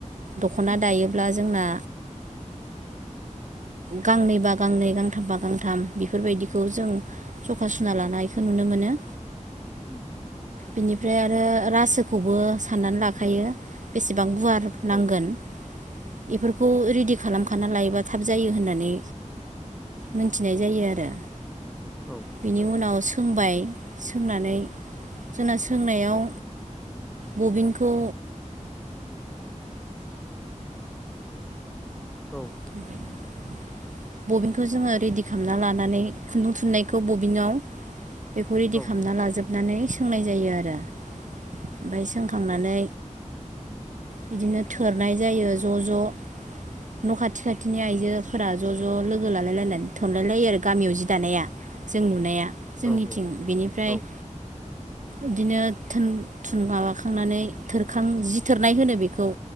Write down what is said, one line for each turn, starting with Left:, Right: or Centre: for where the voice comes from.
Right: दख'ना
Centre: उम
Right: दायोब्ला जोंना
Centre: <inaudible>
Right: गांनै बा गांनै गांथाम बा गांथाम बेफोरबायदिखौ जों सखा सुना लानाय खो नुनो मोनो
Centre: उम
Right: बिनिफ्राय आरो रासोखौबो साननानै लाखायो बेसेबां गुवार नांगोन
Centre: औ
Right: इफोरखौ रेडि खालामखाना लायोबा थाब जायो होननानै मोनथिनाय जायो आरो
Centre: औ
Right: बिनि उनाव सोंबाय सोंनानै जोंना सोंनायाव बबिनखौ
Centre: औ
Right: <unintelligible> बबिनखौ जोङो रेडि खालामना लानानै खुन्दुं थुननायखौ बबिनाव बेखौ रेडि
Centre: औ
Right: खालामना लाजोबनानै सोंनाय जायो आरो ओमफाय सोंखांनानै बिदिनो थोरनाय जायो ज' ज' न' खाथि खाथिनि आइजोफोरा ज' ज' लोगो लालाय लायनानै थनलाय लायो आरो गामियाव जि दानाया जों नुनाया जोंनिथिं
Centre: औ
Right: बेनिफ्राय
Centre: औ
Right: बिदिनो थ थुन माबाखांनानै थोरखां जि थोरनाय होनो बेखौ